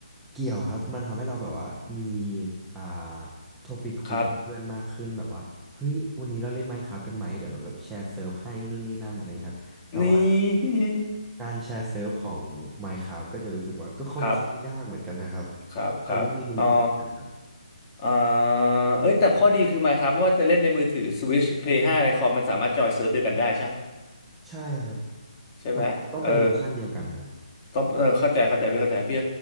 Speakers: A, in the centre; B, on the left (about 30°).
A: เกี่ยวครับมันทำให้เราแบบว่ามีอ่าโทปิกคุยกับเพื่อนมากขึ้นแบบว่าเฮ้ยวันนี้เราเล่น
B: ครับ
A: Minecraft กันไหมเดี๋ยวเราแบบแชร์เซิร์ฟให้นู่นนี่นั่นอะไรอย่างเงี้ยครับแต่ว่า
B: นี่
A: การแชร์เซิร์ฟของ Minecraft ก็จะรู้สึกว่าก็ค่อนข้างยากเหมือนกันนะครับ
B: ครับครับครับอ๋อ
A: เราเล่นในมือถือกันนะครับ
B: อ่าเอ้ยแต่ข้อดีคือ Minecraft ไม่ว่าจะเล่นในมือถือ Switch Play 5ในคอมมันสามารถจอยเซิร์ฟด้วยกันได้ใช่
A: ใช่ครับ
B: ใช่ไหมเออ
A: แต่ว่าต้องเป็นเวอร์ชันเดียวกันครับ
B: ต้องเออเข้าใจเข้าใจพี่เข้าใจพี่